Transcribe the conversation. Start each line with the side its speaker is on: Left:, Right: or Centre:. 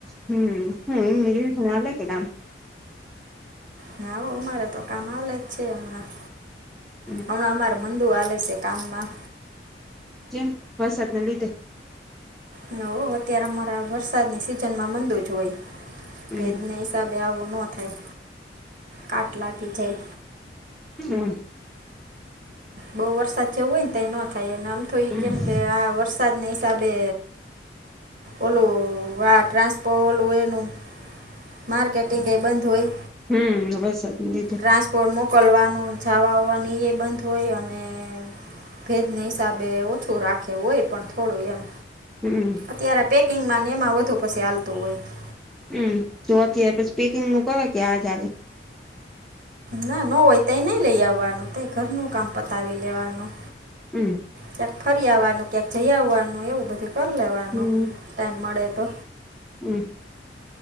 Centre: હમમ હમમ એ યોજને હાલે કે ના
Right: હા હો અમારે તો કામ હાલે જ છે હમણાં.
Centre: હમમ.
Right: હમણાં અમારે મંદી હાલે છે કામમાં.
Centre: કેમ? વરસાદ ને લીધે
Right: હા હો અત્યારે અમારા વરસાદની સિઝન માં મંદી જ હોય.
Centre: હમ
Right: ભેજ ના હિસાબે આવું ન થાય કાટ લાગી જાય
Centre: હમ
Right: બઉ વરસાદ જેવું હોય તઈ નો થાયને આમ થય
Centre: હમ
Right: કેમ કે આ વર વરસાદના હિસાબે ઓલું <unintelligible> એનું માર્કેટિંગ એ બંધ હોય
Centre: હમ વરસાદ ના લીધે
Right: ટ્રાન્સપોર્ટ મોકલવાનો જવા હોવાની એ બંધ હોય અને ભેજના હિસાબે ઓછું રાખે હોય પણ થોડું એમ
Centre: હમમ
Right: અત્યારે પેકિંગમાં ને એમાં વધુ પછી હાલતું હોય.
Centre: હમ તો અત્યારે પછી પેકિંગ નું કરે કે આજાલે
Right: ના નો હોય ત નઈ લઈ આવવાનું તઈ ઘરનું કામ પતાવી લેવાનું.
Centre: હમ
Right: ક્યાંક ફરી આવવાનું ક્યાંક જઈ આવવાનું એવું બધું કરી લેવાનું
Centre: હમ
Right: ટાઈમ મળે તો
Centre: હમ